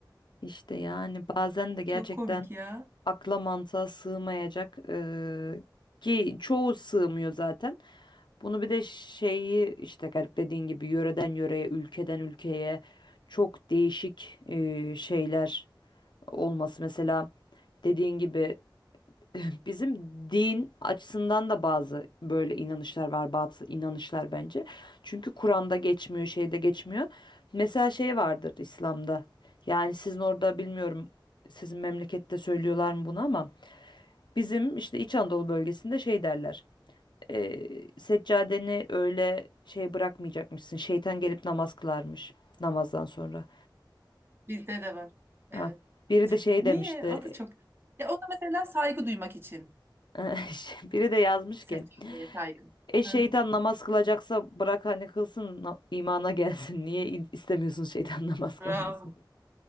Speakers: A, on the left; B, on the right.
A: İşte yani bazen de gerçekten
B: Çok komik ya.
A: akla mantığa sığmayacak eee, ki çoğu sığmıyor zaten. Bunu bir de şeyi işte gariplediğin gibi yöreden yöreye, ülkeden ülkeye çok değişik eee, şeyler olması. Mesela dediğin gibi <laughs> Bizim din açısından da bazı böyle inanışlar var, bazı inanışlar bence. Çünkü Kur'an'da geçmiyor, şeyde geçmiyor. Mesela şey vardır İslam'da. Yani sizin orada bilmiyorum, sizin memlekette söylüyorlar mı bunu ama bizim işte İç Anadolu bölgesinde şey derler. E, seccadeni öyle şey bırakmayacakmışsın. Şeytan gelip namaz kılarmış namazdan sonra.
B: Bizde de var. Evet.
A: Ha, biri de şey
B: Niye?
A: demişti.
B: O da çok. Ya o da mesela saygı duymak için.
A: <laughs> Biri de yazmış
B: Seçeneğe
A: ki.
B: saygı.
A: E şeytan
B: Hı.
A: namaz kılacaksa bırak hani kılsın na- imana gelsin. <laughs> Niye in- istemiyorsun şeytan <laughs> namaz kılmasını?
B: Bravo.